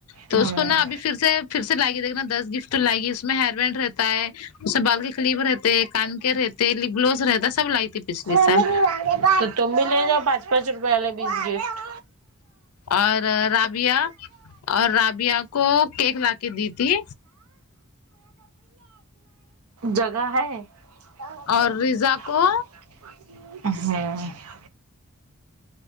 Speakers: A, on the left (about 80°); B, on the right (about 80°).
A: تو
B: ہوں
A: اس کو نا ابھی پھر سے پھر سے لائیگی دیکنا دس گفٹ لائیگی اس میں ہیر بینڈ رہتا ہے اس میں بال کی قلیف رہتا کان کے رہتے لبلوز رہتا سب لائی تھی پچھلیے
B: ممی
A: سال
B: والے تو تم بھی لے جاؤ پانچ پانچ روپے والے بس گفٹ
A: اور رابیا اور رابیا کو کیک لا کے دی تھی
B: جگہ ہے ہوں
A: اور ریزا کو